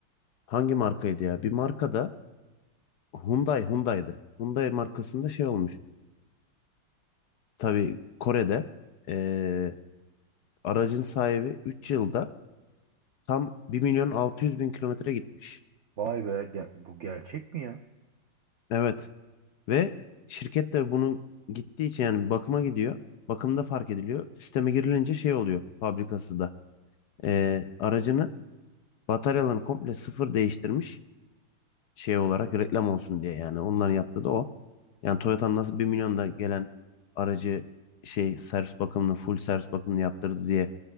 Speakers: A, on the left; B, on the right.
A: hangi markaydı ya? Bir markada Hyundai, Hyundai'di. Hyundai markasında şey olmuş. Tabii Kore'de eee, aracın sahibi 3 yılda tam bir milyon altı yüz bin kilometre gitmiş.
B: Vay be ger- bu gerçek mi ya?
A: Evet ve şirket de bunun gittiği için yani bakıma gidiyor. Bakımda fark ediliyor. Sisteme girilince şey oluyor fabrikası da. Ee, aracını bataryalarını komple sıfır değiştirmiş şey olarak reklam olsun diye yani. Onların yaptığı da o. Yani Toyota'nın nasıl bir milyonda gelen aracı şey servis bakımını full servis bakımını yaptırdı diye